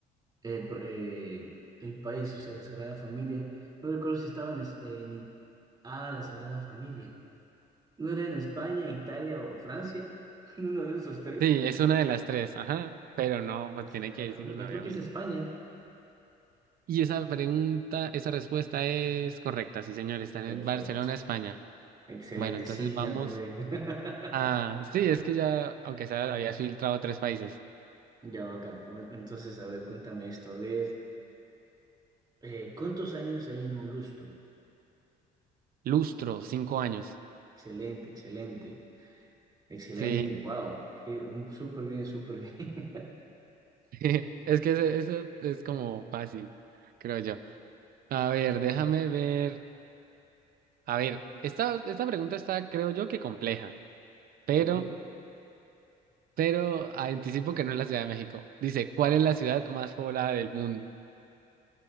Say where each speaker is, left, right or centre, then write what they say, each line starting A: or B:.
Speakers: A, on the right (about 25°); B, on the right (about 60°).
A: Eh, pr- eh, el país, o sea, la Sagrada Familia. No recuerdo si estaba en, es- en I- Ah, la Sagrada Familia. ¿No era en España, Italia o Francia? <laughs> ¿En uno de esos tres?
B: Sí, es una de las tres, ajá, pero no,
A: La
B: pues
A: Sagrada
B: tiene que decir
A: Familia,
B: una,
A: creo
B: obviamente.
A: que es España.
B: Y esa pregunta, esa respuesta es correcta, sí, señor, están
A: Perfecto.
B: en Barcelona, España.
A: Excelente,
B: Bueno, entonces
A: sí,
B: vamos
A: me acordé.
B: a...
A: <laughs>
B: Sí, es que ya, aunque sea, habías filtrado tres países.
A: Ya, bacán. A ver, entonces, a ver, cuéntame esto. A ver, eh, ¿cuántos años hay en un lustro?
B: Lustro, cinco años.
A: Excelente, excelente, excelente.
B: Sí,
A: Wow, qué un- súper bien, súper bien.
B: <laughs> es que ese- eso es como fácil, creo yo. A ver, déjame ver. A ver, esta, esta pregunta está, creo yo, que compleja, pero...
A: <laughs>
B: pero anticipo que no es la Ciudad de México. Dice, ¿cuál es la ciudad más poblada del mundo?